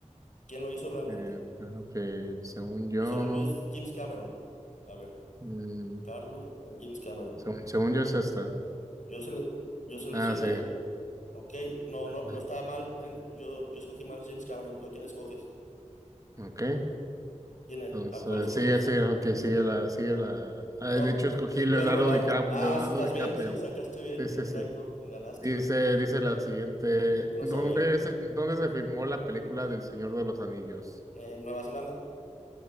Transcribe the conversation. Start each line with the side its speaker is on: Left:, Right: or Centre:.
Left: ¿Quién lo hizo realmente?
Right: Eh, ok, según yo,
Left: Según yo es James Cameron. A ver,
Right: mm,
Left: Carlos, eh, James Cameron.
Right: según, según yo es esta.
Left: Yo, sele- yo seleccioné,
Right: Ah, sí.
Left: ok, no,
Right: Ah,
Left: no, no estaba mal. eh, yo, yo escogí mal James Cameron. ¿Tú a quién escoges?
Right: Ok.
Left: ¿Quién es?
Right: Entonces,
Left: ¿A cuál escoges?
Right: sigue, sigue, ok, sigue la, sigue la. ah,
Left: No,
Right: de hecho, escogí Leonardo
Left: puedes robar.
Right: DiCaprio,
Left: Ah,
Right: Leonardo
Left: estás
Right: DiCaprio.
Left: bien, sí, sacaste bien.
Right: Sí, sí,
Left: Perfecto,
Right: sí.
Left: me ganaste.
Right: Dice, dice la siguiente,
Left: Yo no
Right: ¿dónde
Left: sabía.
Right: se, dónde se filmó la película del Señor de los Anillos?
Left: En Nueva Zelanda.